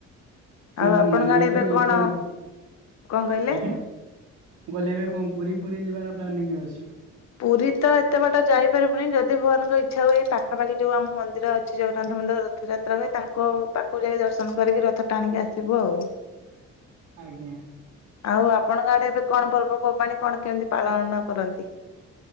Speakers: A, on the right (about 75°); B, on the left (about 60°).
A: କୋଉ
B: ଆଉ ଆପଣଙ୍କ
A: ମାନେ
B: ଆଡେ ଏବେ କଣ
A: କୋଉଠି
B: କଣ କହିଲେ?
A: ଆଜ୍ଞା ମୁଁ ଗଲେ ଏବେ କଣ ପୁରୀ ଫୁରୀ ଯିବାର ପ୍ଲାନିଂ ଅଛି।
B: ପୁରୀ ତ ଏତେ ବାଟ ଯାଇପାରିବୁନି ଯଦି ଭଗବାନଙ୍କ ଇଚ୍ଛା ହୁଏ ପାଖାପାଖି ଯୋଉ ଆମ ମନ୍ଦିର ଅଛି ଜଗନ୍ନାଥ ମନ୍ଦିର ରଥଯାତ୍ରା ହୁଏ ତାଙ୍କ ପାଖକୁ ଯାଇକି ଦର୍ଶନ କରିକି ରଥ ଟାଣିକି ଆସିବୁ ଆଉ।
A: ଆଜ୍ଞା
B: ଆଉ ଆପଣଙ୍କ ଆଡେ ଏବେ କଣ ପର୍ବ ପର୍ବ ପର୍ବାଣୀ କଣ କେମିତି ପାଳନ କରନ୍ତି?